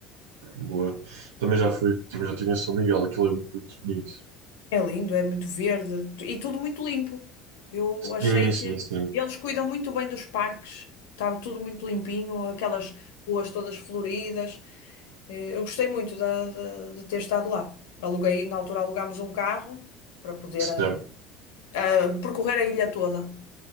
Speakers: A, on the right; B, on the left.
A: boa. Também já fui, também já estive em São Miguel, aquilo é muito bonito.
B: É lindo, é muito verde tu- e tudo muito limpo. Eu achei
A: Sim, sim,
B: que
A: sim.
B: eles cuidam muito bem dos parques, estava tudo muito limpinho, aquelas ruas todas floridas. Eh, Eu gostei muito da- da- de, ter estado lá. Aluguei, na altura alugámos um carro para poder ah,
A: Certo.
B: ah, percorrer a ilha toda.